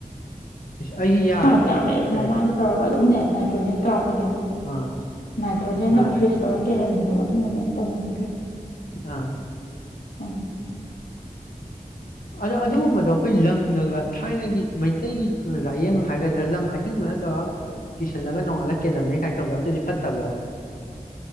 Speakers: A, on the left; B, on the left.
A: ꯑꯩꯒꯤ ꯌꯥ
B: ꯃꯃꯗꯤ ꯌꯥꯝ ꯂꯩꯕ
A: ꯀꯩ
B: ꯃꯃꯥꯏꯗ ꯇꯧꯔꯒ ꯅꯦ ꯃꯥꯏꯇ꯭ꯔꯣꯖꯦꯟ ꯀꯥꯞ ꯄꯅꯦꯕ
A: ꯑꯥ
B: ꯅꯥꯏꯇ꯭ꯔꯣꯖꯦꯟꯅ
A: ꯑꯥ
B: ꯐ꯭ꯔꯤꯖ ꯇꯧꯔ ꯀꯦꯜꯍꯟꯕꯗꯣ ꯑꯗꯨꯝꯕ ꯃꯌꯥꯝ ꯇꯧꯕꯅꯦ ꯑꯗꯨ
A: ꯑꯥ
B: ꯎ
A: ꯑꯗꯣ ꯑꯗꯨꯒꯨꯝꯕꯗꯣ ꯑꯩꯈꯣꯏ ꯂꯪꯅꯒ ꯊꯥꯏꯅꯒꯤ ꯃꯩꯇꯩꯒꯤ ꯂꯥꯏꯌꯦꯡ ꯍꯥꯏꯒꯗ꯭ꯔꯥ ꯂꯪ ꯑꯍꯤꯡꯕ ꯅꯠꯇꯔꯒ ꯀꯤꯁꯜꯂꯒ ꯅꯣꯡꯉꯥꯜꯂꯒ ꯀꯦꯜꯂꯝꯃꯦ ꯀꯥꯏꯅ ꯭ꯔ ꯑꯗꯨꯗꯤ ꯐꯠꯇꯕ꯭ꯔꯥ